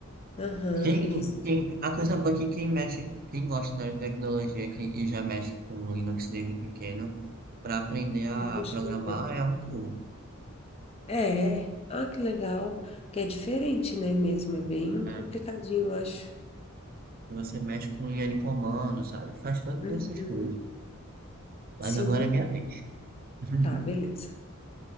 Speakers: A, on the left (about 30°); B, on the right (about 45°).
A: Aham,
B: Quem,
A: isso.
B: quem, a coisa boa é que quem mexe, quem gosta da tecnologia quem, e já mexe com Linux desde pequeno, para aprender a
A: Acostuma.
B: programar é um pulo.
A: É, é. Ah, que legal. Que é diferente, né, mesmo? É bem
B: É,
A: complicadinho, eu acho.
B: que você mexe com Yanni Comando, sabe? Faz todas
A: Uhum.
B: essas coisas. Mas
A: Sim.
B: agora é minha vez. <laughs>
A: Tá, beleza.